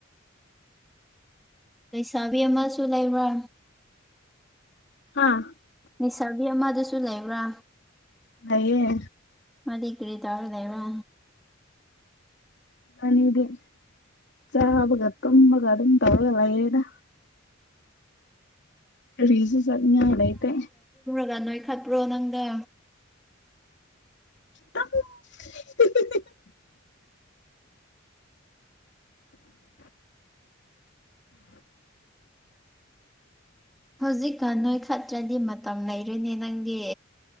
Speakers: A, in the centre; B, on the left.
A: ꯂꯩꯁꯥꯕꯤ ꯑꯃꯁꯨ ꯂꯩꯕ꯭ꯔ
B: ꯍꯥꯥ
A: ꯂꯩꯁꯥꯕꯤ ꯑꯃꯗꯨꯁꯨ ꯂꯩꯕ꯭ꯔꯥ
B: ꯂꯩꯌꯦ
A: ꯃꯗꯤ ꯀꯔꯤ ꯇꯧꯔ ꯂꯩꯕ꯭ꯔ
B: ꯑꯅꯤꯗꯤ ꯆꯥꯕꯒ ꯇꯨꯝꯕꯒ ꯑꯗꯨꯝ ꯇꯧꯔꯒ ꯂꯩꯔꯦꯗ ꯀꯔꯤꯁꯨ ꯆꯠꯅꯤꯡꯉꯥꯢ ꯂꯩꯇꯦ
A: ꯌꯥꯝ ꯅꯣꯏꯈꯠꯄ꯭ꯔꯣ ꯅꯪꯗꯣ
B: <inaudible>
A: ꯍꯧꯖꯤꯛꯀꯥꯟ ꯅꯣꯏꯈꯠꯇ꯭ꯔꯗꯤ ꯃꯇꯝ ꯂꯩꯔꯣꯢꯅꯦ ꯅꯪꯗꯤ